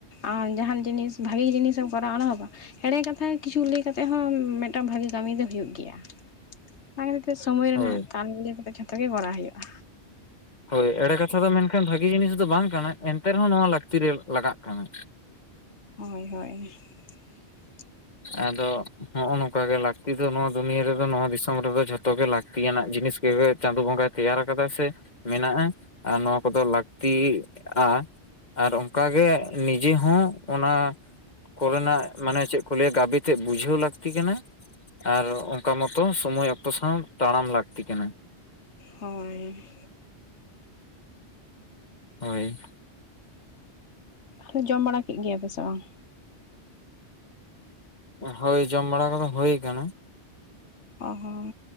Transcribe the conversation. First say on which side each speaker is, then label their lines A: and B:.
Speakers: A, on the left; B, on the left.
A: ᱟᱨ ᱡᱟᱦᱟᱸᱱ ᱡᱤᱱᱤᱥ ᱵᱷᱟᱜᱤ ᱡᱤᱱᱤᱥ ᱮᱢ ᱠᱚᱨᱟᱣᱟ ᱚᱱᱟ ᱦᱚᱸ ᱵᱟᱝ᱾ ᱦᱮᱲᱮ ᱠᱟᱛᱷᱟ ᱠᱤᱪᱷᱩ ᱞᱟᱹᱭ ᱠᱟᱛᱮᱜ ᱦᱚᱸ ᱢᱮᱜᱴᱟᱝ ᱵᱷᱟᱜᱤ ᱠᱟᱢᱤ ᱫᱚ ᱦᱩᱭᱩᱜ ᱜᱮᱭᱟ ᱚᱱᱟ ᱠᱷᱟᱹᱛᱤᱨᱼᱼ ᱥᱳᱢᱳᱭ ᱨᱮᱱᱟᱜ
B: ᱦᱳᱭ
A: ᱛᱟᱞ ᱢᱤᱞᱟᱹᱣ ᱠᱟᱛᱮᱜ ᱡᱷᱚᱛᱚ ᱜᱮ ᱠᱚᱨᱟᱣ ᱦᱩᱭᱩᱜ-ᱟ᱾
B: ᱦᱳᱭ ᱮᱲᱮ ᱠᱟᱛᱷᱟ ᱫᱚ ᱢᱮᱱᱠᱷᱟᱱ ᱵᱷᱟᱜᱤ ᱡᱤᱱᱤᱥ ᱫᱚ ᱵᱟᱝ ᱠᱟᱱᱟ ᱮᱱᱛᱮ ᱨᱮᱦᱚᱸ ᱱᱚᱣᱟ ᱞᱟᱹᱠᱛᱤ ᱨᱮ ᱞᱟᱜᱟᱜ ᱠᱟᱱᱟ᱾
A: ᱦᱳᱭ ᱦᱳᱭ ᱦᱮᱸ᱾ <inaudible>
B: ᱟᱫᱚᱼᱼ ᱱᱚᱜ-ᱚ ᱱᱚᱝᱠᱟ ᱜᱮ ᱞᱟᱠᱛᱤ ᱫᱚ ᱱᱚᱣᱟ ᱫᱩᱱᱤᱭᱟᱹ ᱨᱮᱫᱚ ᱱᱚᱣᱟ ᱫᱤᱥᱚᱢ ᱨᱮᱫᱚ ᱡᱷᱚᱛᱚ ᱜᱮ ᱞᱟᱠᱛᱤ ᱭᱟᱱᱟᱜ ᱡᱤᱱᱤᱥ ᱜᱮ ᱪᱟᱸᱫᱳ ᱵᱚᱸᱜᱟᱭᱼᱼ ᱛᱮᱭᱟᱨ ᱠᱟᱫᱟᱭ ᱥᱮ ᱢᱮᱱᱟᱜ-ᱟ ᱟᱨ ᱱᱚᱣᱟ ᱠᱚᱫᱚ ᱞᱟᱠᱛᱤᱜ-ᱟ᱾ ᱟᱨ ᱚᱱᱠᱟ ᱜᱮ ᱱᱤᱡᱮ ᱦᱚᱸ ᱚᱱᱟ ᱠᱚ ᱨᱮᱱᱟᱜᱼᱼ ᱢᱟᱱᱮ ᱪᱮᱜ ᱠᱚ ᱞᱟᱹᱭᱟ ᱜᱟᱵᱮ ᱛᱮᱜ ᱵᱩᱡᱷᱟᱹᱣ ᱞᱟᱠᱛᱤ ᱠᱟᱱᱟ᱾ ᱟᱨ ᱚᱱᱠᱟ ᱢᱚᱛᱚ ᱥᱳᱢᱳᱭ ᱚᱠᱛᱚ ᱥᱟᱶ ᱛᱟᱲᱟᱢ ᱞᱟᱠᱛᱤ ᱠᱟᱱᱟ᱾
A: ᱦᱳᱭ᱾
B: ᱦᱳᱭ᱾
A: ᱛᱟᱞᱮ ᱡᱚᱢ ᱵᱟᱲᱟ ᱠᱮᱜ ᱜᱮᱭᱟ ᱯᱮ ᱥᱮ ᱵᱟᱝ?
B: ᱦᱳᱭ ᱡᱚᱢ ᱵᱟᱲᱟ ᱠᱚᱫᱚ ᱦᱳᱭ ᱠᱟᱱᱟ᱾
A: ᱚ ᱦᱚᱸ